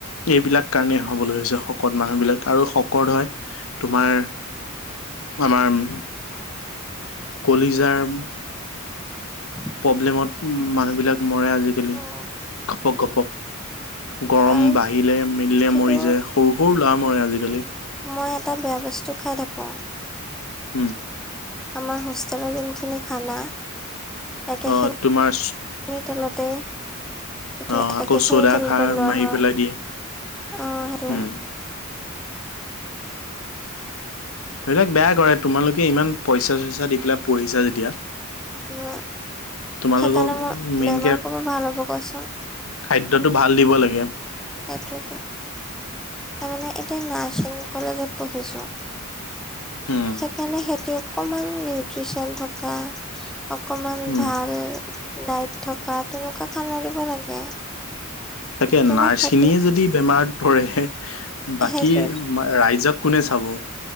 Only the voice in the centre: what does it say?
<inaudible>
উম,
আৰু
কিন্তু
মই এটা বেয়া বস্তু খাই থাকোঁ।
আমাৰ হোষ্টেলৰ যোনখিনি খানা একেখিনি
তেলতেই
একেখিনি
তেলতে
লোৱা
হয়।
অ সেইটোৱে
উম
সেইকাৰণে মোৰ
বেমাৰ <unintelligible> ভাল হ'ব কচোন?
সেইটোতো। তাৰমানে এতিয়া নাৰ্ছিং কলেজত পঢ়িছোঁ
সেইকাৰণে সেইটো অকমান নিউট্ৰিচন থকা অকমান
ভাল দাইত থকা তেনেকুৱা খানা দিব লাগে
কিন্তু
সেইটো
সেইটোৱেটো